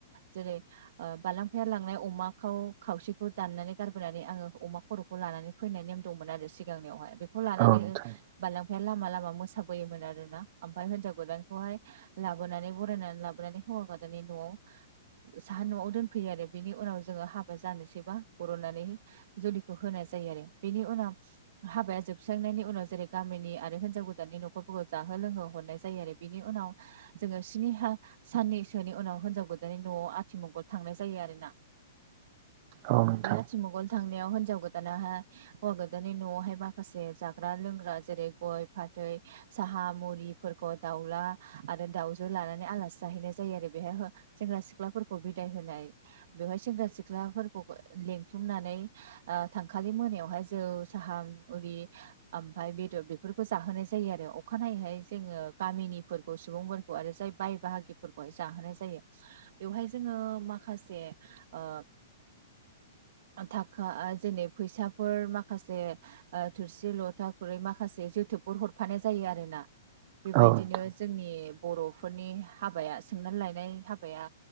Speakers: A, on the right; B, on the right.
A: जेरै ओ बाललांफाया लांनाय अमाखौ खावसेखौ दाननानै गारबोनानै आंङो अमा खरखौ लानानै फैनाय नेम दंमोन आरो सिगांनियावहाय बेखौ लानानै
B: औ नोंथां
A: बालांफाया लामा लामा मोसाबोयोमोन आरोना ओमफ्राय हिनजाव गोदानखौहाय लाबोनानै बरायनानै लाबोनानै हौवा गोदनि नआव साहा नआव दोनफैयो आरो बिनि उनाव जोंङो हाबा जानो सैबा बरनानै जुलिखौ होनाय जायो आरो बेनि उनाव हाबाया जोबस्रांनायनि उनाव जेरै गामिनि आरो हिनजाव गोदाननि नखरफोरखौ जाहो लोंहो हरनाय जायो आरो। बिनि उनाव जोंङो सिनिहा साननैसोनि उनाव हिनजाव गोदाननि नआव आथिमंगल थांनाय जायो आरोना ।
B: औ नोंथां
A: बे आथिमगल थांनायाव हिनजाव गोदानाहा हौवा गोदाननि न'आवहाय माखासे जाग्रा लोंग्रा जेरै गय फाथै साहा मुरिफोरखौ दाउला आरो दाउजो लानानै आलासि जाहैनाय जायो आरो बेहाय हो सेंग्रा सिख्लाफोरखौ बिदाय होनाय बेवहाय सेंग्रा सिख्लाफोरखौ लिंथुमनानै ओ थांखालि मोनायावहाय जौ साहा मुरि ओमफाय बेदर बेफोरखौ जाहोनाय जायो आरो अखानायैहाय जोंङो गामिनिफोरखौ सुबुंफोरखौ आरो जाय बाय बाहागिफोरखौहाय जाहोनाय जायो बेवहाय जोंङो माखासे ओ थाखा जेनै फैसाफोर माखासे ओ थोरसि लथा खुरै माखासे जोथोबफोर हरफानाय जायो आरोना। बेबायदिनो
B: औ नोंथां
A: जोंनि बर'फोरनि हाबाया सोंनानै लायनाय हाबाया